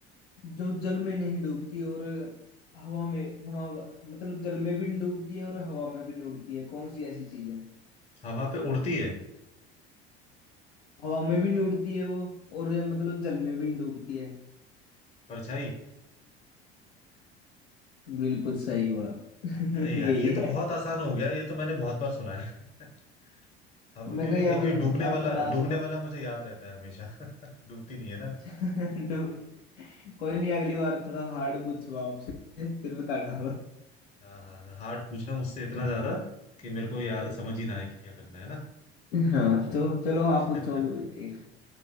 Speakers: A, on the left; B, on the left.
A: जो जल में नहीं डूबती और हवा में हवा मतलब जल में भी नहीं डूबती है और हवा में भी नहीं उड़ती है कौन सी ऐसी चीज है
B: हवा पे उड़ती है
A: हवा में भी नहीं उड़ती है वो और मतलब जल में भी नहीं डूबती है
B: परछाई
A: बिल्कुल सही बात <laughs> यही
B: अरे यार ये तो
A: है
B: बहुत आसान हो गया ये तो मैंने बहुत बार सुना है <laughs> अब
A: मैं
B: क्योंकि
A: कहीं
B: देखो
A: आप,
B: ये डूबने
A: आपको
B: वाला
A: ना
B: डूबने
A: सुना
B: वाला मुझे याद रहता है हमेशा <laughs> डूबती नहीं है ना
A: <laughs> डो- कोई नहीं अगली बार थोड़ा हार्ड पूछूंगा आपसे फिर बताना
B: हाँ हाँ हाँ, हार्ड पूछना मुझसे इतना ज्यादा कि मेरे को याद समझ ही ना आए कि क्या करना है ना
A: हाँ तो चलो आप
B: <laughs>
A: पूछो अभी एक